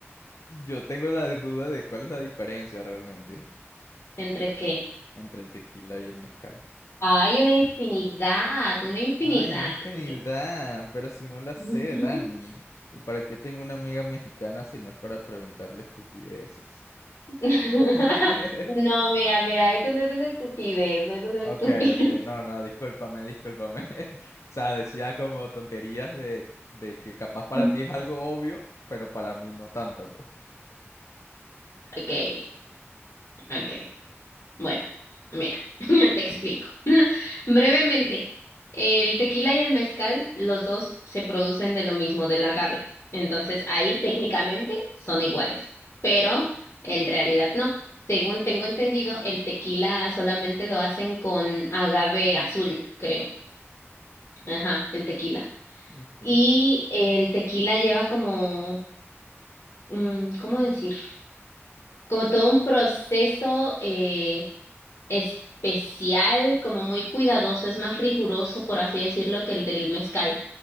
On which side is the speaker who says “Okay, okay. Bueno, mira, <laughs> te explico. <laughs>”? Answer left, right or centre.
Left